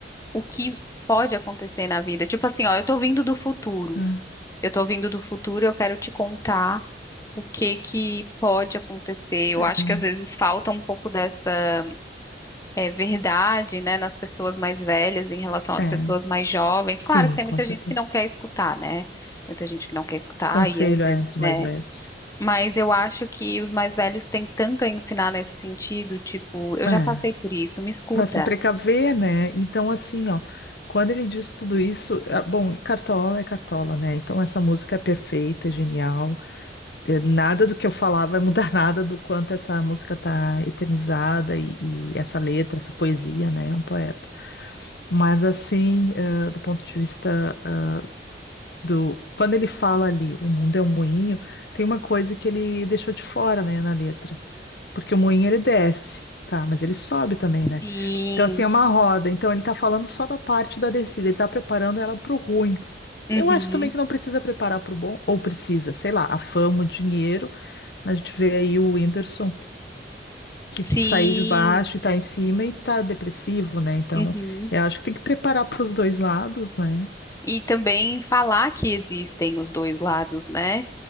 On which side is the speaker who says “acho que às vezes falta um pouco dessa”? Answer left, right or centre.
Left